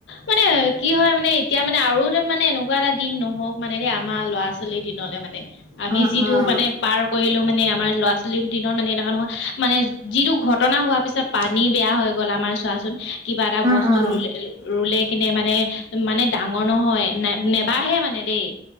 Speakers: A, on the left; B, on the right.
A: মানে কি হয় মানে এতিয়া মানে আৰু তাৰ মানে এনেকুৱা এটা দিন নহওক মানে দে আমাৰ লগ ল'ৰা- ছোৱালি দিনলে মানে আমি
B: উম,
A: যিটো
B: উম,
A: মানে পাৰ কৰিলো মানে আমাৰ ল'ৰা ছোৱালীৰ দিনৰ মানে এনেকুৱা নহয় মানে যিটো ঘটনা হোৱা পিছত পানী বেয়া হৈ গ'ল আম আমাৰ চোৱাচোন কিবা এটা
B: উম,
A: বস্তু
B: উম।
A: ল'লে ৰুলে কিনে মানে-মানে ডাঙৰ নহয় নে -নেবাঢ়ে মানে দেই।